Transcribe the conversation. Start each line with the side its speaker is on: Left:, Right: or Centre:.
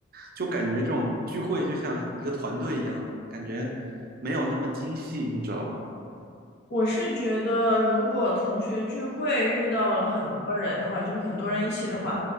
Right: 就感觉这种聚会就像一个团队一样的感觉，没有那么精细，你知道吧？
Left: 我是觉得，如果同学聚会遇到了很多人的话，就是很多人一起的话，